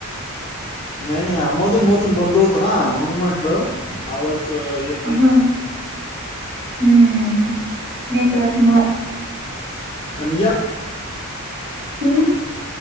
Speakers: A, on the left; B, on the right.
A: नाही नाही मधून मधून बंद होत ना, म्हणून म्हंटलं आवाज येत. नाही
B: हं
A: काय
B: हम नेटवर्कमुळं.
A: आणि या.
B: हम्म.